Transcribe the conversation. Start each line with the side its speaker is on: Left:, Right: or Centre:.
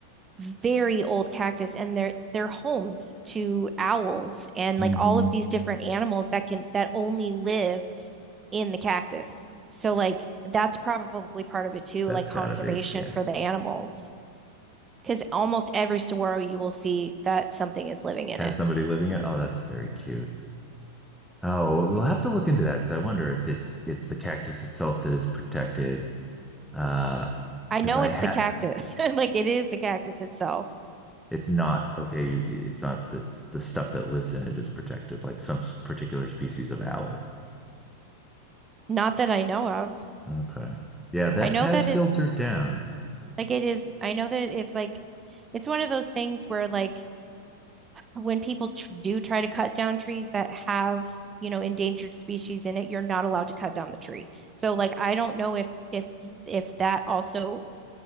Right: very old cactus and they're they're homes to owls and
Centre: hmm
Right: like all of these different animals that can that only live in the cactus. So like that's probably part of it too,
Centre: That's
Right: like conservation
Centre: gotta be, yeah.
Right: for the animals. Because almost every saguaro you will see that something is living in
Centre: Has
Right: it.
Centre: somebody living it? Oh, that's very cute. Oh, we'll have to look into that because I wonder if it's it's the cactus itself that is protected. Uh,
Right: I
Centre: because
Right: know
Centre: I
Right: it's
Centre: had
Right: the cactus. <laughs> Like it is the cactus itself.
Centre: it's not okay. It's not the the stuff that lives in it is protected, like some s- particular species of owl.
Right: Not that I know of.
Centre: Okay. Yeah, that
Right: I know
Centre: has
Right: that it's
Centre: filtered down.
Right: like it is. I know that it's like it's one of those things where like when people tr do try to cut down trees that have, you know, endangered species in it, you're not allowed to cut down the tree. So like I don't know if if if that also